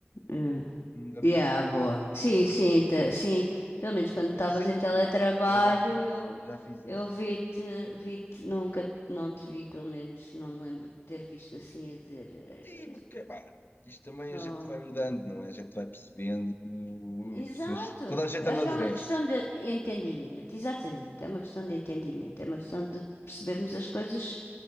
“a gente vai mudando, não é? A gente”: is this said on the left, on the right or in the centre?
Left